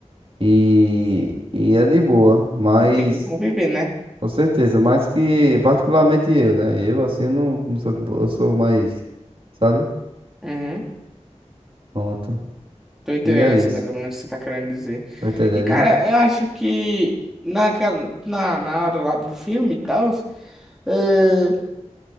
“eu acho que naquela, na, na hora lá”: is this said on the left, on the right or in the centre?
Centre